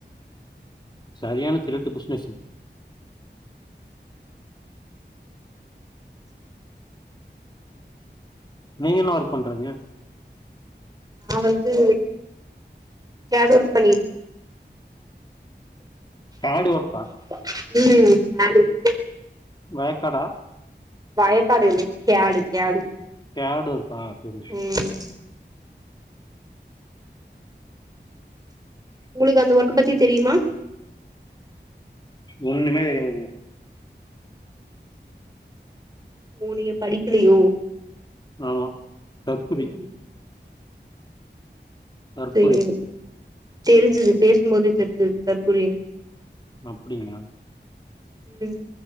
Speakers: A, on the left; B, on the right.
A: சரியான திருட்டு பிஸ்னஸ் நீங்க என்னா ஒர்க் பண்றீங்க
B: நா வந்து கேட் ஒர்க் பண்ணியிட்
A: காட் ஒர்க்கா
B: ம் <unintelligible>
A: வயக்காடா
B: வயக்காடு இல்ல கேடு கேடு
A: கேட் ஒர்க்கா செரி
B: ம் உங்களுக்கு அந்த ஒர்க் பத்தி தெரியுமா
A: ஒன்னுமே தெரியாதுங்
B: ஓ நீங்க படிக்கலயோ
A: ஆமா தற்குரி
B: ம்
A: தற்குறி
B: சேரி தெரிஞ்சிது பேசும்போதே தெரிஞ்சிது தற்குறினு
A: அப்டிங்ளா
B: ம்